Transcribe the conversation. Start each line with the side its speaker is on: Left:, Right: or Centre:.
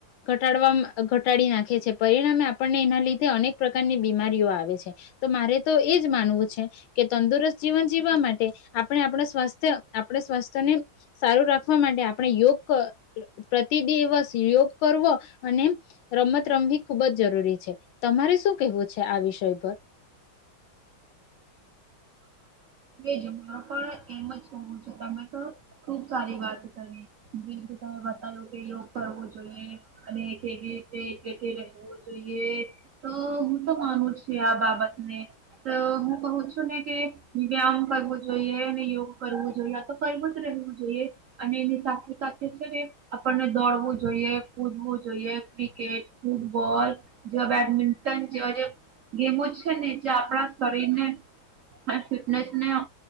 Left: ઘટાડવા ઘટાડી નાખે છે પરિણામે આપણને એના લીધે અનેક પ્રકારની બીમારીઓ આવે છે તો મારે તો એજ માનવું છે કે તંદુરસ્ત જીવન જીવવા માટે આપણે આપણા સ્વાસ્થ્ય આપણા સ્વાસ્થ્યને સારું રાખવા માટે આપણે યોગ પ્રતિ દિવસ યોગ કરવો અને રમત રમવી ખૂબ જ જરૂરી છે તમારે શું કેહેવું છે આ વિષય પર
Right: બેજ મારો પણ એમ જ કવું છ તમે તો ખુબ સારી વાત હું તમે બતાવું કે યોગ કરવો જોઈએ અને કેવી રીતેલે રહેવું જોઈએ તો હું તો માનું છું આ બાબતને તો હું કઉ છું ને કે વ્યાયામ કરવો જોઈએ યોગ કરવું જોઈએ તો કરવું જ રહેવું જોઈએ. અને એની સાથે સાથે છે ને આપણને દોડવું જોઈએ કૂદવું જોઈએ ક્રિકેટ ફૂટબોલ જેવા બેડમિન્ટન જેવા જે ગેમો છે ને જે આપણા શરીરને હા સ હસને એવ